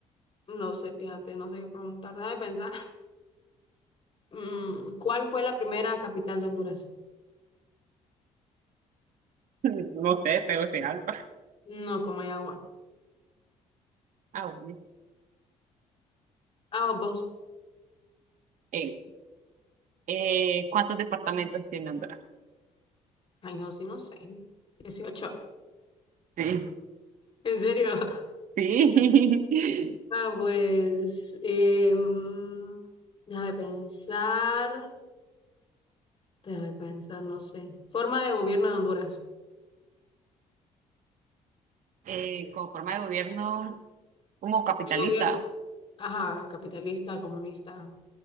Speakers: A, on the left; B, on the right.
A: No sé, fíjate, no sé qué preguntar. Deja de pensar. Mm, ¿Cuál fue la primera capital de Honduras?
B: <laughs> no sé, Tegucigalpa.
A: No, Comayagua.
B: Ah, bueno.
A: Ah, vos.
B: Eh, eh, ¿cuántos departamentos tiene Honduras?
A: Ay, yo sí, no sé. dieciocho
B: Sí,
A: ¿En serio? <laughs>
B: sí.
A: Ah,
B: <laughs>
A: pues. em, deja de pensar. Déjame pensar, no sé. Forma de gobierno de Honduras.
B: Eh, con forma de gobierno como capitalista.
A: El gobierno. Ajá, capitalista, comunista